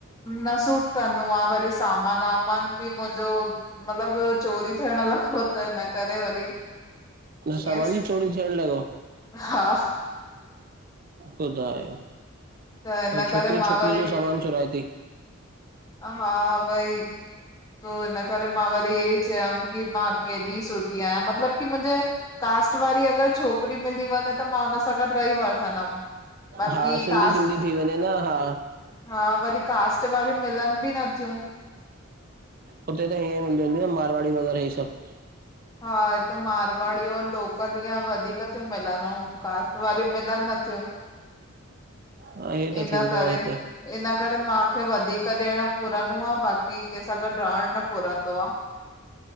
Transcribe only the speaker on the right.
सामान
ई चोरी थियण लॻव?
त जाए
छोकरी
छोकरी
जो सामान चुराए ती
हा सिंधी
सिंधी थी वञे न हा
हुते त हे हूंदो न मारवाड़ी वग़ैरह हे सभ।
हा हे त
थींदो
आ हिते